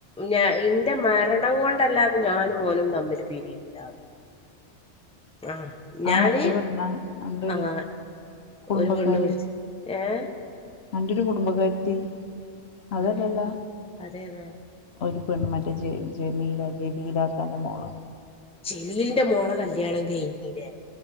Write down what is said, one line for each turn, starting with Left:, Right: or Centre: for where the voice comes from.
Centre: ഞ ഇന്റെ മരണം കൊണ്ടല്ലാതെ ഞാനും ഓനും തമ്പിൽ പിരിയൂല ആഹ് ഞാന്
Left: ആഹ് മറ്റേ പറണ എന്റെ ഒരു
Centre: ആഹ്
Left: കുടുംബക്കാരി
Centre: ഒരു പെണ്ണ് വിളിച്ച് ഏഹ്
Left: അന്റൊരു കുടുംബകാര്ത്തി അതല്ലല്ലോ
Centre: അതേതാ അതേതാ
Left: ഒരു പെണ്മൻറ്ററ്റ് ജ ജമീല ജെമീലാത്താൻ്റെ മോളോ
Centre: ചെലീലിന്റെ മോള കല്യാണം കഴിഞ്ഞീലേ